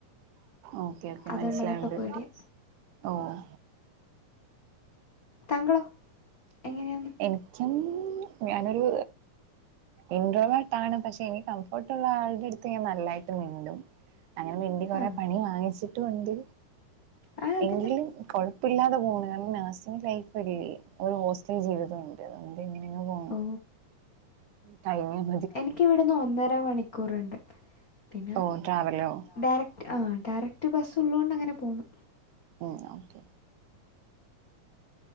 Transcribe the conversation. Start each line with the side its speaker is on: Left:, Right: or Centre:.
Right: ഓക്കെ ഓക്കെ
Left: അതുകൊണ്ട്
Right: മനസിലാവുണ്ട്
Left: അതൊക്കെ പേടിയാ
Right: ഓഹ്
Left: താങ്കളോ എങ്ങനെയാന്ന്
Right: എനിക്കും ഞാനൊരു ഇൻഡ്രോ ആണ് പക്ഷെ എനി കംഫോർട്ടുള്ള ആളുടെ അടുത്ത് ഞാൻ നല്ലായിട്ട് മിണ്ടും അങ്ങനെ വേണ്ടി കൊറെ
Left: ആഹ്
Right: പണി വാങ്ങിച്ചിട്ടുണ്ട്
Left: ആ അതന്നെ
Right: എങ്കിലും കുഴപ്പമില്ലാതെ പോകുന്നു കാരണം നഴ്സിങ് ലൈഫല്ലേ ഒറ്റ ജീവിതം ഉണ്ട് അതുകൊണ്ട് ഇങ്ങനങ്ങ് പോണു
Left: ഓ
Right: തൈങ്ങാണ്
Left: എനിക്ക് ഇവിടുന്ന് ഒന്നര മണിക്കൂറുണ്ട് പിന്നെ
Right: ഓ ട്രാവലോ
Left: ഡയറക്റ്റ് ആഹ് ഡയറക്റ്റ് ബസ്സുള്ളോണ്ട് അങ്ങനെ പോന്നു
Right: ഉം ഓക്കെ